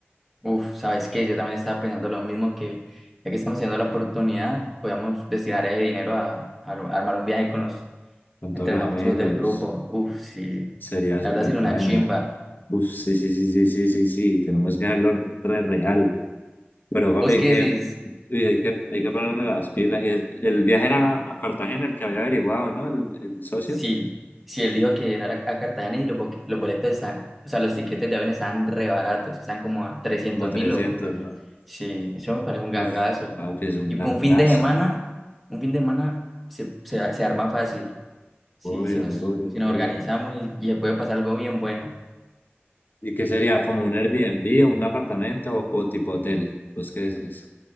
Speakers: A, in the centre; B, on the left (about 50°).
A: Uf, ¿sabes qué? Yo también estaba pensando lo mismo que ya que estamos teniendo la oportunidad, podemos destinar ese dinero a, a lo- a armar un viaje con los,
B: con
A: entre
B: todos los
A: nosotros
B: amigos,
A: los del grupo. Uf, sí.
B: sería
A: La
B: súper
A: verdad sería
B: bueno.
A: una chimba.
B: Uf, sí, sí, sí, sí, sí, sí, sí, tenemos que hacerlo re real. Pero papi,
A: ¿Vos
B: hay
A: qué
B: que,
A: decís?
B: uy, hay que, hay que ponernos las pilas. Y es- el viaje era a Cartagena el que había averiguado, ¿no? El, el socio,
A: Sí. Si él dijo que era la- a Cartagena y los, bo- los boletos están, o sea, los tiquetes de avión están re baratos, están como a trescientos
B: como a 300,
A: mil o
B: ¿no?
A: Sí, eso me parece un gangazo.
B: Uf, papi, es un
A: Y por
B: gangazo.
A: un fin de semana, un fin de semana se, se, se arma fácil. Si,
B: Obvio,
A: si nos,
B: obvio,
A: si nos
B: obvio.
A: organizamos y, y se puede pasar algo bien bueno.
B: ¿Y qué sería? ¿Como un Airbnb o un apartamento o, o tipo hotel? Pues, ¿qué decís?